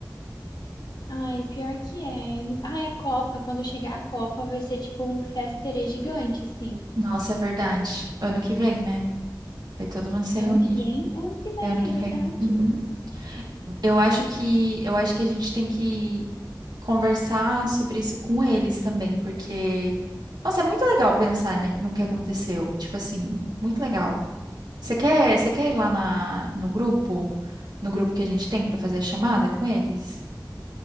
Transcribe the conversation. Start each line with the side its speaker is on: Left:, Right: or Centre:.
Left: Ai, pior que é. No- Ai, a Copa, quando chegar a Copa, vai ser tipo um festerê gigante, assim.
Right: Nossa, é verdade. Ano que vem, né? Vai todo mundo se
Left: É
Right: reunir.
Left: ano que vem? É ano que vem,
Right: É ano que
Left: é verdade.
Right: vem. Uhum. Eu acho que, eu acho que a gente tem que conversar sobre isso com eles também, porque, nossa, é muito legal pensar, né, no que aconteceu. Tipo assim, muito legal. Você quer, você quer ir lá na, no grupo? no grupo que a gente tem pra fazer a chamada com eles?